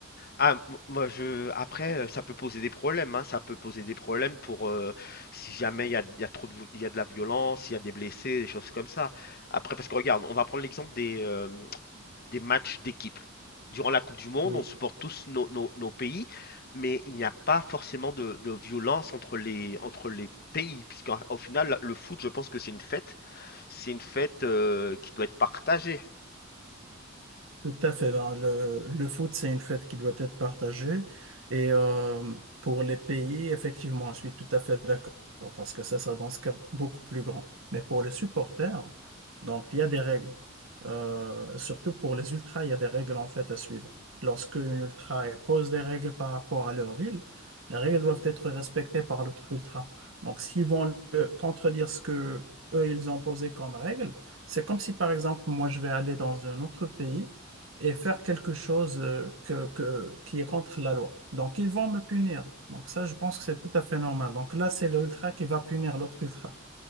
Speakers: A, on the left (about 50°); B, on the right (about 80°).
A: Ah, m- moi je après euh, ça peut poser des problèmes hein, ça peut poser des problèmes pour euh, si jamais il y a, il y a trop de vo- il y a de la violence, il y a des blessés, des choses comme ça. Après parce que regarde, on va prendre l'exemple des euh, des matchs d'équipe. Durant la Coupe du Monde,
B: Oui.
A: on supporte tous nos, nos- nos pays, mais il n'y a pas forcément de, de violence entre les entre les pays puisqu'au final le foot, je pense que c'est une fête, c'est une fête euh, qui doit être partagée.
B: Tout à fait. Ben, le, le foot, c'est une fête qui doit être partagée. Et euh, pour les pays, effectivement, je suis tout à fait d'accord parce que ça, ça dans ce cas beaucoup plus grand. Mais pour les supporters, donc il y a des règles. Euh, surtout pour les ultras, il y a des règles en fait à suivre. Lorsque une ultra elle pose des règles par rapport à leur ville, les règles doivent être respectées par l'autre ultra. Donc s'ils vont euh, contredire ce que eux ils ont posé comme règle, c'est comme si par exemple moi je vais aller dans un autre pays et faire quelque chose euh, que, que- qui est contre la loi. Donc, ils vont me punir. Donc, ça, je pense que c'est tout à fait normal. Donc, là, c'est l'ultra qui va punir l'autre ultra.